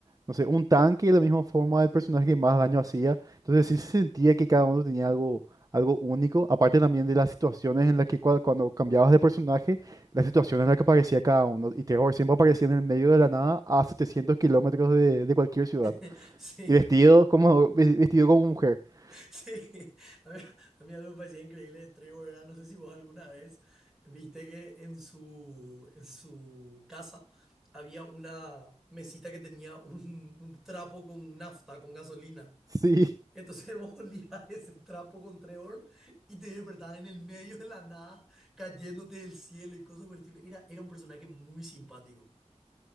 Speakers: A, on the right; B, in the centre.
A: no sé, un tanque de la misma forma del personaje que más daño hacía. Entonces sí se sentía que cada uno tenía algo, algo único, aparte también de las situaciones en las que cua- cuando cambiabas de personaje, las situaciones en las que aparecía cada uno. Y Terror siempre aparecía en el medio de la nada a 700 kilómetros de, de cualquier ciudad.
B: <laughs> Sí.
A: Y vestido como, ve- vestido como mujer. <laughs>
B: Sí, a mí, a mí algo me parecía increíble de Trevor era, no sé si vos alguna vez viste que en su, en su casa había una mesita que tenía un, un trapo con nafta, con gasolina.
A: Sí,
B: Entonces <laughs> vos olías ese trapo con Trevor y te despertabas en el medio de la nada, cayéndote del cielo y cosas por el estilo. Era, era un personaje muy simpático.